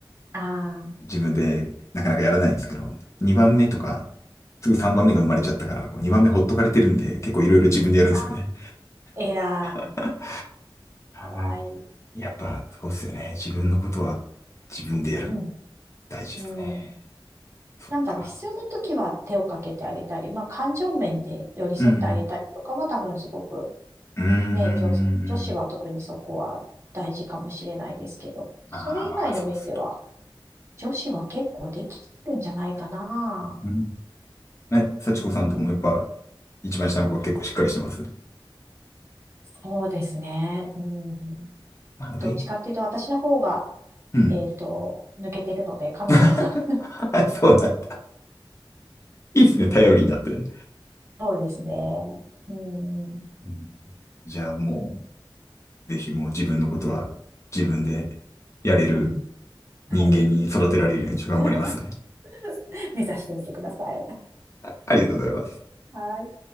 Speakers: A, on the right (about 30°); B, on the left (about 35°).
A: ああ、あ、
B: 自分でなかなかやらないんですけど、2番目とか、すぐ3番目が生まれちゃったから、
A: うんうん、
B: こう2番目ほっとかれてるんで、結構いろいろ自分でやるんですよね。
A: あ、偉い、
B: <laughs>
A: かわいい。
B: なんかやっぱ、そうっすよね。自分のことは自分でやる。
A: うん、
B: 大事ですね。
A: うん。
B: そっか。
A: なんだろう、必要な時は手をかけてあげたり、まあ、感情面で寄り添ってあげたりとかは多分すごく、
B: うん。うん。うんうんうんうん
A: ね、女、女子は特にそこは大事かもしれないですけど、それ以外の面では、
B: ああ、まあ、そうっすね。
A: 女子は結構できるんじゃないかな。
B: うん。え、幸子さんとこもやっぱ、
A: うん、
B: 一番下の子は結構しっかりしてます。
A: そうですね。うん、
B: まあ、上。
A: どっちかっていうと、私の方が、
B: うん。
A: えっと、抜けてるので、彼女がさ、
B: <laughs> そうなんだ。いいですね。頼りになってね
A: <laughs> そうですね。うん、
B: うんじゃあもう、ぜひもう自分のことは自分でやれる
A: うん、はい。
B: 人間に育てられるようにちょっと頑張りますね。
A: <laughs> 目指してみてください。
B: ありがとうございます。
A: はい。